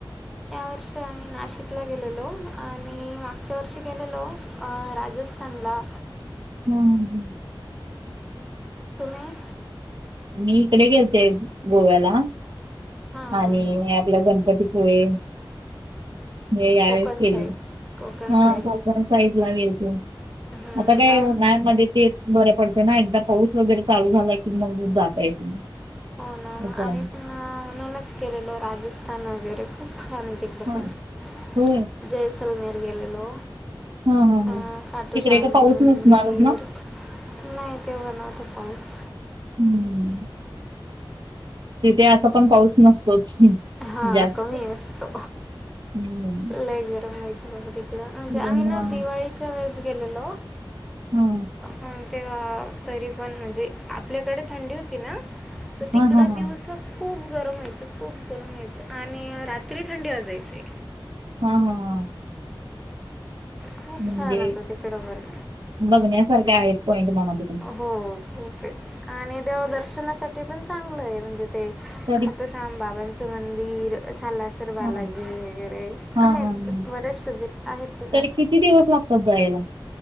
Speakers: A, in the centre; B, on the right.
A: या वर्षी आम्ही नाशिकला गेलेलो आणि मागच्या वर्षी गेलेलो अ राजस्थानला
B: हम्म
A: तुम्ही
B: मी इकडे गेलते गोव्याला
A: हां
B: आणि
A: हां
B: हे आपल गणपतीपुळे हे यावेेळेस
A: कोकण
B: केले
A: साईड कोकण
B: हा
A: साईड
B: कोकण साईड ला गेलते
A: हं,
B: आता काय
A: आम
B: उन्हाळ्यामध्ये तेच बरे पडते ना एकदा पाऊस वगैरे चालू झालाय की मग जाता येत नाही
A: हो ना मग
B: असं
A: आम्ही
B: आहे.
A: पण ना म्हणूनच गेलेलो राजस्थान वगैरे खूप छान होते बापरे
B: हा. होय
A: जैसलमेर गेलेलो
B: हा हा हा
A: अं खाटु
B: तिकडे
A: शाम
B: का पाऊस
A: मंदीर
B: नसणारच ना?
A: नाही तेव्हा नव्हता पाऊस
B: हम्म. तिथे असा पण पाऊस नसतोच.
A: हा
B: जास्त.
A: कमी असतो,
B: हम्म
A: लय गरम व्हायच बाबा तिक- ड म्हणजे
B: तिकडून,
A: आम्ही
B: हा
A: ना दिवाळीच्या वेळेस गेलेलो
B: हा
A: हम्म ते हा तरी पण म्हणजे आपल्याकडे थंडी होती ना, तर
B: हा
A: तिकडं
B: हा हा
A: दिवस- खूप गरम व्हायचं, खूप गरम व्हायचं आणि रात्री थंडी वाजायची.
B: हा हा हा.
A: खूप
B: म्हणजे
A: छान होत तिकडं बर.
B: बघण्यासारखे आहेत पॉईंट म्हणा ती.
A: हो खूप आहेत, आणि देव दर्शनासाठी पण चांगलं आहे म्हणजे ते
B: तरी
A: खाटू श- शाम बाबांचं मंदिर सला- तर बालाजी
B: हा
A: वगैरे
B: हा
A: आहेत
B: हा हा.
A: बरेचसे दे आहेत तिथं.
B: तरी किती दिवस लागतात जायला?